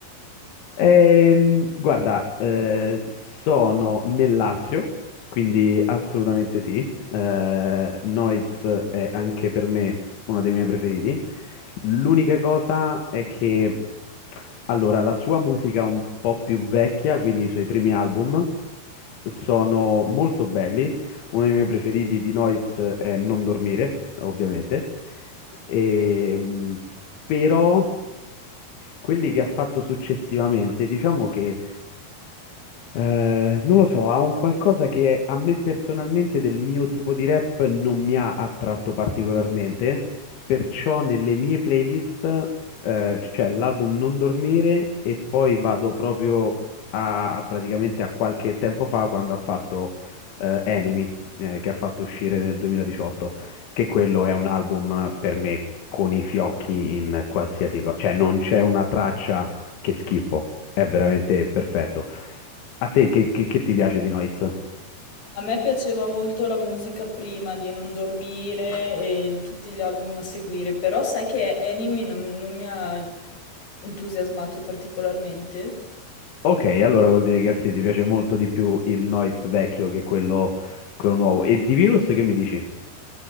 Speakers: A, on the left; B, on the left.
A: Ehm, guarda, eh, sono nel Lazio, quindi assolutamente sì. Eh, Noiz è anche per me uno dei miei preferiti. L'unica cosa è che, allora, la sua musica è un po' più vecchia, quindi i suoi primi album sono molto belli, uno dei miei preferiti di Noiz è Non dormire, ovviamente. Ehm, però quelli che ha fatto successivamente, diciamo che eh, non lo so, ha un qualcosa che a me personalmente del mio tipo di rap non mi ha attratto particolarmente, perciò nelle mie playlist eh, c'è l'album Non dormire e poi vado proprio a, a praticamente a qualche tempo fa quando ha fatto eh, Enemy eh, che ha fatto uscire nel 2018, che quello è un album per me con i fiocchi in qualsiasi cosa, cioè non c'è una traccia che schippo, è veramente perfetto. A te che, che- che ti piace di Noiz?
B: A me piaceva molto la musica prima di Non dormire e il- tutti gli album a seguire, però sai che Enemy non, non mi ha entusiasmato particolarmente.
A: Ok, allora vuol dire che sì, ti piace molto di più il Noiz vecchio che quello, quello nuovo. E di Virus che mi dici?